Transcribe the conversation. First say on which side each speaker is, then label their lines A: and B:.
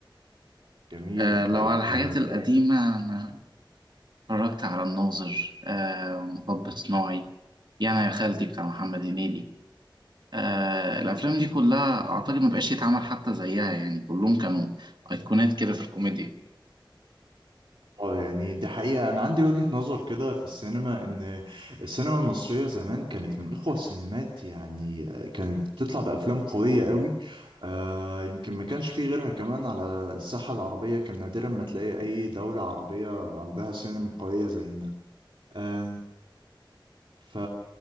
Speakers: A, on the right; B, on the right.
A: جميل
B: آه، لو
A: طيب
B: على الحاجات
A: آه،
B: القديمه انا اتفرجت على الناظر آه، مطب صناعي يعني يا خالتي بتاع محمد هنيدي آه الافلام دي كلها اعتقد ما بقاش يتعمل حتى زيها يعني كلهم كانوا ايقونات كده في الكوميديا
A: اه يعني دي حقيقة أنا عندي وجهة نظر كده في السينما إن السينما المصرية زمان كانت من أقوى السينمات يعني آه، كانت بتطلع بأفلام قوية قوي آه يمكن ما كانش فيه غيرها كمان على الساحة العربية كان نادرا ما تلاقي أي دولة عربية عندها سينما قوية زينا آه، ف